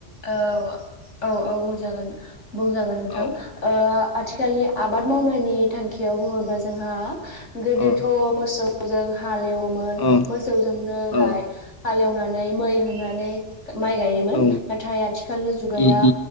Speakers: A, on the left; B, on the left.
A: औ औ औ बुंजागोन-बुंजागोन नोंथां
B: औ
A: ओ आथिखालनि आबाद मावनायनि थांखियाव बुङोब्ला जोंहा गोदोथ'
B: औ
A: मोसौ जों हा हाल एवोमोन
B: अ
A: मोसौजोंनो
B: अ औ
A: गाय हाल एवनानै मै-मै होनानै माइ गायोमोन।
B: औ
A: नाथाय आथिखालनि जुगाया
B: उम